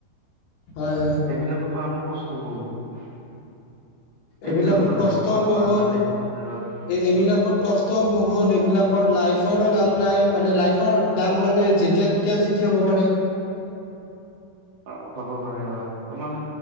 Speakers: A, on the left; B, on the right.
A: হয় হয়।
B: এইবিলাকতো আৰু কষ্ট বহুত
A: এইবিলাকত
B: এইবিলাক কৰিব
A: কষ্টও
B: লাগে তোমাৰ
A: বহুত।
B: বাংলাদেশ বৰ্ডাৰত
A: এইবিলাকত কষ্টও বহুত। এইবিলাকৰ লাইফৰো দাম নাই। মানে লাইফৰ দাম মানে, যেতিয়া তেতিয়া যি তি হ'ব পাৰে।
B: অ, হ'ব পাৰে অ'। তোমাৰ